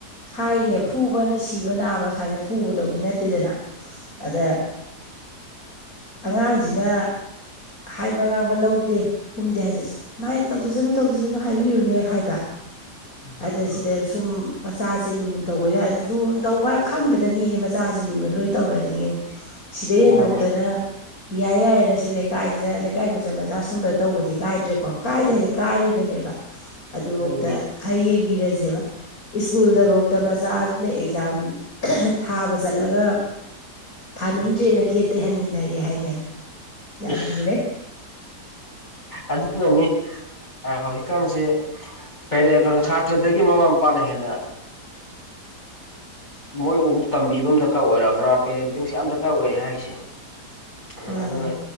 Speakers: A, on the left (about 55°); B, on the left (about 25°).
A: ꯍꯥꯏꯅꯦ
B: ꯎꯝ
A: ꯐꯨꯕꯅ ꯁꯤ ꯁꯤꯕ ꯅꯥꯕ ꯁꯨꯃꯥꯏꯅ ꯐꯨꯕꯗꯧꯗꯤ ꯅꯠꯇꯦꯗꯅ ꯑꯗ ꯑꯉꯥꯡꯖꯤꯅ ꯍꯥꯏꯕ ꯉꯥꯡꯕ ꯂꯧꯗꯦ ꯈꯨꯝꯗꯦ ꯍꯥꯏꯖ ꯃꯥꯥꯏ ꯇꯧꯖꯖꯅꯨ ꯇꯧꯖꯖꯅꯨ ꯍꯥꯏꯕꯤꯔꯨꯅꯨ ꯍꯦꯛ ꯍꯥꯏꯕ
B: ꯎꯝ
A: ꯑꯗ ꯁꯤꯗ
B: ꯎꯝ
A: ꯁꯨꯝ ꯃꯆꯥꯁꯦ ꯂꯨꯅ ꯇꯧꯕ ꯂꯨꯅ ꯇꯧꯕ ꯍꯥꯏ ꯈꯪꯗꯗ ꯃꯤꯖꯦ ꯃꯆꯥꯖꯦ ꯂꯨꯅ ꯂꯣꯏ ꯇꯧꯅꯅꯤꯡꯉꯤꯅꯤ ꯁꯤꯗꯩ
B: ꯃꯥꯅꯦ
A: ꯍꯦꯟꯗꯣꯛꯇꯅ ꯌꯥꯏ ꯌꯥꯏꯅ ꯁꯤ ꯂꯩꯀꯥꯏꯗ ꯂꯩꯀꯥꯏ ꯃꯆꯟ ꯃꯆꯥ ꯁꯨꯝꯕꯗ ꯇꯧꯕꯗꯤ ꯀꯥꯏꯗ꯭ꯔꯦꯀꯣ ꯀꯥꯏꯗꯦ ꯍꯥꯏꯁꯦ ꯀꯥꯏꯔꯤꯕꯅꯦ ꯕ ꯑꯗꯨꯚꯧꯗ
B: ꯍꯥꯏꯔꯤꯅꯦ
A: ꯈꯔ ꯌꯦꯡꯕꯤꯔꯖꯦꯕ ꯢꯁꯀꯨꯜꯗꯚꯧꯗ
B: ꯎꯝ
A: ꯃꯆꯥꯗꯨꯅ ꯑꯦꯛꯖꯥꯝ ꯊꯥꯕ ꯆꯠꯂꯒ ꯊꯥꯅꯤꯡꯗ꯭ꯔꯦꯅ
B: ꯎꯝ ꯎꯝ
A: ꯒꯦꯠ ꯍꯟꯃꯤꯟꯅ ꯅꯔꯛꯑꯦ ꯍꯥꯏꯅꯦ ꯌꯥꯝ
B: ꯏꯁ
A: ꯂꯨꯔꯦ
B: ꯑꯗꯨꯅꯅꯤ ꯍꯧꯖꯤꯛꯀꯥꯟꯖꯦ ꯀꯩꯅꯣ ꯁꯥꯇ꯭ꯔꯗꯒꯤ ꯃꯃꯥ ꯃꯄꯥꯅ ꯍꯦꯟꯅ ꯃꯣꯏ ꯑꯃꯨꯛ ꯇꯝꯕꯤꯕ ꯑꯃ ꯗꯔꯀꯥꯔ ꯑꯣꯏꯔꯛꯑꯕ꯭ꯔꯥ ꯄꯦꯔꯦꯟꯇꯤꯡꯁꯦ ꯌꯥꯝ ꯗꯔꯀꯥꯔ ꯑꯣꯏꯔꯦ ꯍꯥꯏꯔꯤꯁꯦ ꯎꯝ
A: ꯑꯥ
B: ꯑꯗꯨꯅ